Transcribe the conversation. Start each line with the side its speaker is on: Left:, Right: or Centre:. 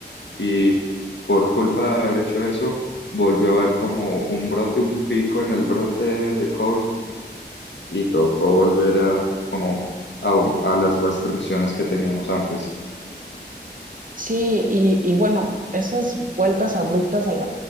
Left: Y por culpa de haber hecho eso, volvió a haber como un brote, un pico en el brote de COVID y tocó volver a como a, a las restricciones que teníamos antes.
Right: Sí, y, y bueno, esas vueltas abruptas a la